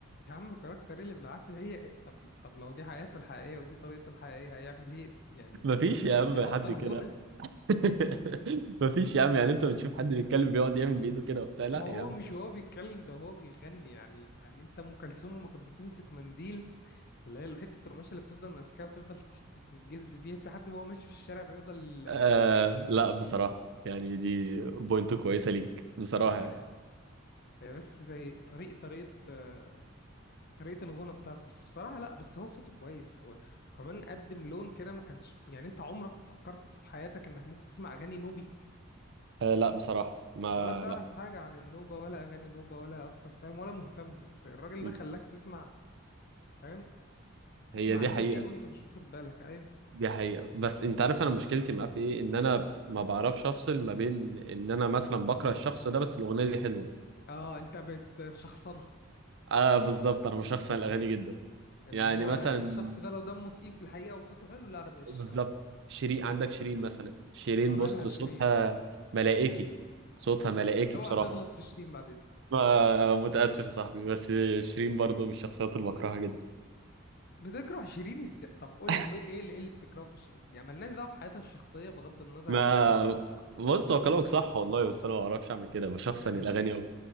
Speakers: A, on the left (about 50°); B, on the right (about 60°).
A: يا عم كاركتر ايه اللي بالعافية هي إيه؟ طب طب لو دي حياته الحقيقية ودي طريقته الحقيقية هيعمل ايه يعني
B: ما فيش يا عم
A: يبطل
B: حد كده
A: غنى
B: <laughs> ما فيش يا عم يعني انت بتشوف حد بيتكلم بيقعد يعمل بايده كده وبتاع لا
A: ما هو
B: يا عم
A: مش هو بيتكلم ده هو بيغني يعني يعني انت ام كلثوم لما كانت بتمسك منديل اللي هي حتة القماشة اللي بتفضل ماسكاها وتفضل تت- تت- تتجز بيها في حد وهو ماشي في الشارع بيفضل
B: آه لا بصراحة يعني دي بوينت كويسة ليك بصراحة
A: اه
B: يعني
A: هي بس زي طريق طريقة آه، طريقة الغنى بتاعته بس بصراحة لا بس هو صوته كويس و- وكمان قدم لون كده ما كانش يعني انت عمرك فكرت في حياتك انك ممكن تسمع اغاني نوبي
B: آه لا بصراحة ما
A: ولا تعرف
B: لا
A: حاجة عن النوبة ولا أغاني نوبة ولا أصلا فاهم ولا مهتم بس الراجل
B: م-
A: ده خلاك تسمع فاهم تسمع
B: هي دي
A: نوبي
B: حقيقة
A: وأنت مش واخد بالك أيوه
B: دي حقيقة بس انت عارف انا مشكلتي معاه في ايه ان انا ما بعرفش افصل ما بين ان انا مثلا بكره الشخص ده بس الاغنية دي حلوة
A: أه أنت بتشخصنها
B: اه بالظبط انا بشخصن الاغاني جدا
A: اللي
B: يعني
A: هو
B: مثلا
A: الشخص ده لو دمه تقيل في الحقيقة وصوته حلو لا أنا مش
B: بالظبط شيرين عندك شيرين مثلا شيرين
A: ما مالها
B: بص
A: شيرين
B: صوتها ملائكي صوتها ملائكي
A: أوعى
B: بصراحة
A: تغلط في شيرين بعد إذنك
B: آه، متأسف يا صاحبي بس شيرين برضو من الشخصيات اللي بكرهها جدا
A: بتكره شيرين إزاي طب قول
B: <laughs>
A: لي إيه اللي إيه اللي بتكرهه في شيرين يعني ملناش دعوة بحياتها الشخصية بغض النظر
B: ما
A: عن حياتها الشخصية
B: بص هو كلامك صح والله بس انا ما بعرفش اعمل كده بشخصن
A: يعني
B: الاغاني قوي